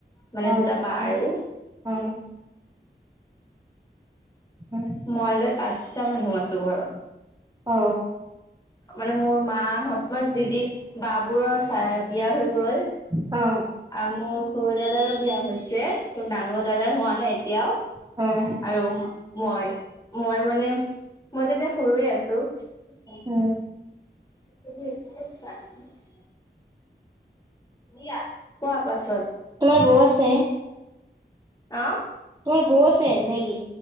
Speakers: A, on the left; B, on the right.
A: মানে
B: অ
A: দুটা
B: আচ্ছা
A: বা আৰু
B: অ', অ',
A: মই লৈ পাঁচটা মানুহ আছো ঘৰত।
B: অ
A: মানে মোৰ মাহত মানে দিদি বা বোৰৰ চাই বিয়া হৈ গল।
B: অ
A: আৰু মোৰ সৰু দাদাৰো বিয়া হৈছে। কিন্তু ডাঙৰ দাদাৰ হোৱা নাই এতিয়াও।
B: হয়
A: আৰু মই মই মানে মইতো এতিয়া সৰুয়ে আছো।
B: অ
A: <unintelligible> দিয়া কোৱা পাছত
B: তোমাৰ বৌ আছে?
A: অহ
B: তোমাৰ বৌ আছে নেকি?